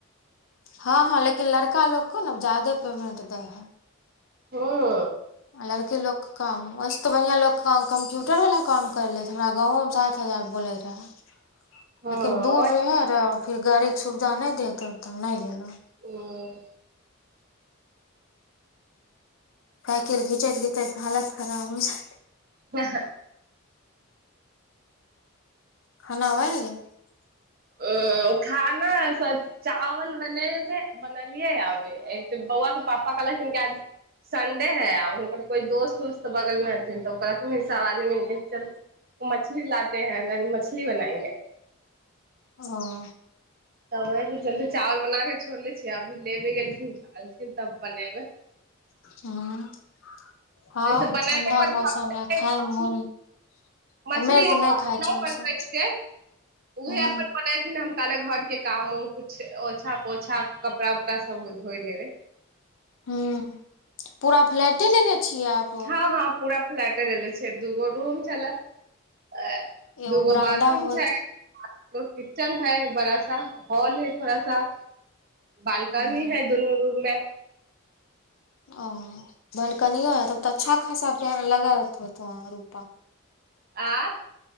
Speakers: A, on the left; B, on the right.
A: हँ-हँ, लेकिन लड़का लोक के न जादे पेमेन्ट दै हइ।
B: हुंम्म।
A: आ लड़की लोकके कम, वैसऽ तऽ बढ़िआँ लोक कम्प्यूटर वला काम करि लैत। हमरा गाँवोमे सात हजार बोलै रहाऽ।
B: हूँ
A: लेकिन दूर रहे र फिर गाड़ी के सुविधा नहि देत तब नहि गेलौं
B: हुम्म।
A: साइकिल घीचैत घीचैत हालत खराब हो जैत।
B: हऽ-हैऽ
A: खाना बैन गेल?
B: अऽ खाना स चावल बनेबे बनलियै आबै, एक तऽ बौआके पापा कहलखिन आज संडे है, आ हुनकर कोइ दोस्त उस्त बगलमे हथिन तऽ ओ कहलखिन सब आदमी मिलके चल, मछली लाते हैं मछली बनाएंगे।
A: हॅं।
B: तऽ ओहि के चलते चावल बना के छोड़ले छियै, अभी लेबे गेलखिन एलथिन तब बनेबे।
A: हँ। हँ
B: अई स बनैएबे
A: ठण्डा
B: कथी
A: मौसम
B: <unintelligible>
A: है खायमे
B: मछली?
A: मोन
B: मछली
A: हमे तऽ
B: आर हम
A: खाइ
B: नहि
A: छियै ओसभ
B: बनबै छियै, उहे
A: हूँ
B: अपन बनाइ थिन हम ताले घर के काम-उम, कुछ ओछा पोछा, कपड़ा उपड़ा सब धोई लेबै।
A: हूँम्म, पुरा फ्लैटे लेने छियै आप?
B: हँ-हँ, पूरा फ्लैटे लेले छीयै, दूगो रूम छलैऽ अ
A: एगो
B: दूगो
A: बरामदा
B: बाथरूम
A: होत
B: छै, आ एगो किचन है बड़ा सा, हॉल है थोड़ा सा। बालकनी
A: हूँ हूँ
B: है दुनू रूम में।
A: ओ बालकनियो है, तब तऽ अच्छा खासा पए लगैत होतै रूपा।
B: आँए।